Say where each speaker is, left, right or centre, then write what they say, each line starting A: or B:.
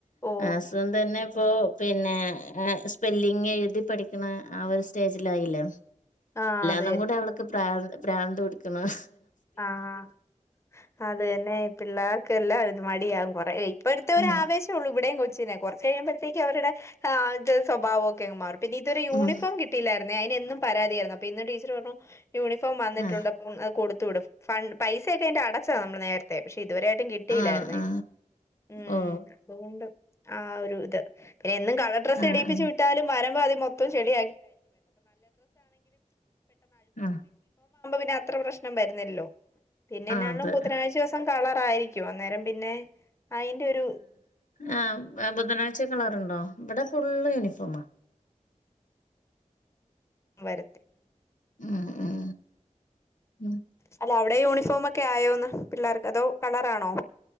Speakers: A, on the left (about 20°); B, on the left (about 75°).
A: ഓ
B: ആസുഖം തന്നെ ഇപ്പോ പിന്നെ സ്പെല്ലിങ് എഴുതി പഠിക്കണ ആ ഒരു സ്റ്റേജിലായില്ലേ
A: ആ അതെ
B: അതും കൂടി അവൾക്ക് ബ്രാൻ ബ്രാൻഡ് എടുക്കണം
A: ആഹ അത് തന്നെ പിള്ളേർക്ക്ല്ലാം മടിയകും കൊറേ ഇപ്പടുത്തെ
B: ഉം
A: ഒരു ആവശം ഉള്ള ഇവിടെയും കൊച്ചിനനെ കുറച്ച് കഴിയുമ്പോഴത്തേക്കക്ക് അവരുടെ ആഹ്ത് സ്വഭാവംൊക്കെങ് മാറും പിന്നെ ഇതൊരു യൂണിഫം
B: ഉം
A: കിട്ടയില്ലായിരുന്നു അ അയിന് എന്നും പരാതിയായിരുന്നു അപ്പൊ ഇന്ന് ടീച്ചർ പറഞ്ഞു യൂണിഫോം വന്നിട്ടുണ്ട്
B: ആ
A: അപ്പ അത് കൊടുു വിടും ഫ പൈസ ഒക്കെ അതിന്റെ അടച്ചതാണ് നമ്മൾ നേരത്തെ പക്ഷെ ഇതുവരായിട്ടും കിട്ടിയില്ലായിരുന്നേ
B: ആ ആ
A: ഉം
B: ഓ
A: അതുകൊണ്ട് ആ ഒരു ഇത് പിന്നെ എന്നും കള ഡ്രസ്സ്
B: ആഹ്
A: എടിയിപ്പിച്ച് വിട്ടാലും മരമ്പാതി മൊത്തംെള
B: ആഹ്
A: അ പ്രശ്നം വരുന്നല്ലോ പിന്നുംുധനാഴ്
B: ആഹ് ആഹ് അത്
A: ദിവസം കളറയിരിക്ക അന്നേരം പിന്നെ അയിന്റെ ഒരു
B: ആ ആ ബുധനാഴ്ച പച്ച കളർുണ്ടോ ഇവിടെ ഫുള് യൂണിഫോ
A: ര
B: ഉം ഉം ഉം
A: അല്ല അവിടെ യൂണിഫോം ഒക്കെ ഒക്കെ ആയോന്ന് പിള്ളേർക്ക് അതോ കളറാണോ